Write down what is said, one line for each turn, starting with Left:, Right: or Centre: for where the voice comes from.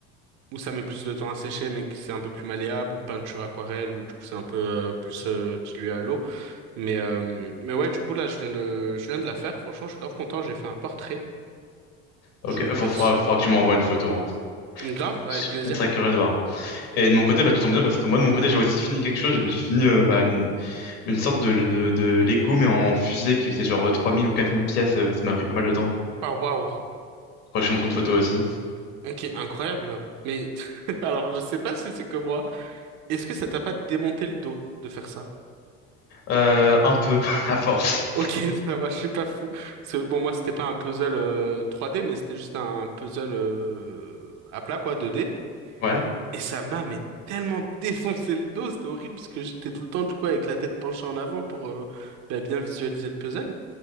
Right: où ça met plus de temps à sécher, mais que c'est un peu plus malléable, peinture aquarelle, où du coup, c'est un peu euh, plus euh, dilué à l'eau. Mais, euh, mais ouais, du coup, là, je viens de, je viens de la faire. Franchement, je suis grave content. J'ai fait un portrait
Left: Ok,
Right: d'une
Left: faut,
Right: personne.
Left: faudra, faudra que tu m'envoies une photo. hein.
Right: Grave,
Left: Je
Right: avec
Left: serais
Right: plaisir.
Left: très curieux de voir. Et de mon côté, bah, tu tombes bien parce que moi, de mon côté, j'ai aussi fini quelque chose. J'ai fini euh, bah, une, une sorte de, de, de Lego, mais en fusée qui faisait genre euh, 3000 ou 4000 pièces. euh, Ça m'a pris pas mal de temps.
Right: Ah, waouh.
Left: Faudrait que je te montre une photo aussi.
Right: Ok, incroyable. Mais, <laughs> alors, je sais pas si c'est que moi. Est-ce que ça t'a pas démonté le dos de faire ça?
Left: Euh, un peu, <laughs> à force.
Right: Ok, <laughs> ça va, je suis pas fou. Parce que, bon, moi, c'était pas un puzzle euh, 3D, mais c'était juste un puzzle euh, à plat, quoi, 2D.
Left: Ouais.
Right: Et ça m'a, mais tellement <laughs> défoncé le dos, c'était horrible, parce que j'étais tout le temps, du coup, avec la tête penchée en avant pour euh, bah, bien visualiser le puzzle.